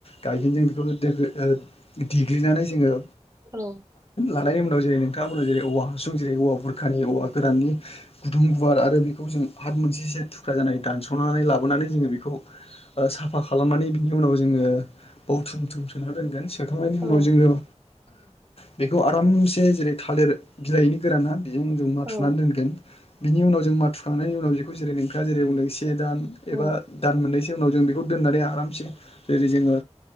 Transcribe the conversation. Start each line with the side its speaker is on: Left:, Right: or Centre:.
Left: गायहेन जों बेखौ देग्लिनानै जोङो
Right: औ
Left: हानायनि उनाव जेरै नोंथांमोना जेरै औवा हासुं जेरै औवा बुरखानि औवा गोराननि गुदुं गुवार आरो बेखौ जों हाब मोनसेसो थुख्रा जानानै दानस'नानै लाबोनानै जोङो बेखौ साफा खालामनानै बिनि उनाव जोङो बावथुम थुम सोना दोनगोन। सोखांनायनि उनाव
Right: औ
Left: जोङो बेखौ आरामसे जेरै थालिर बिलाइनि गोराना बेजों जों माथुनानै
Right: औ
Left: दोनगोन बिनि उनाव जों माथुखांनायनि उनाव बेखौ जेरै नोंथाङा जेरै बुंदों से दान एबा
Right: औ
Left: दान मोननैसो उनाव जों बेखौ दोननानै आरामसे जेरै जोङो